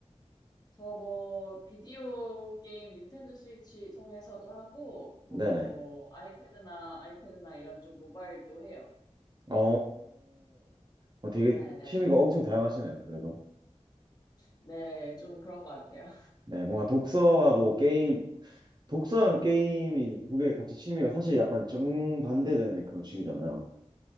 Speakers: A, on the left (about 35°); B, on the right (about 35°).
A: 저 뭐, 비디오 게임 닌텐도 스위치 통해서도 하고, 뭐,
B: 네네.
A: 아이패드나, 아이패드나 이런 쪽 모바일도 해요.
B: 어, 어, 되게
A: 네네네.
B: 취미가
A: 네,
B: 엄청 다양하시네요, 그래도.
A: 네. 네, 좀 그런 것 같아요.
B: 네, 뭔가 독서하고 게임, 독서랑 게임이 두 개 같이 취미가 사실 약간 정반대되는 그런 취미잖아요.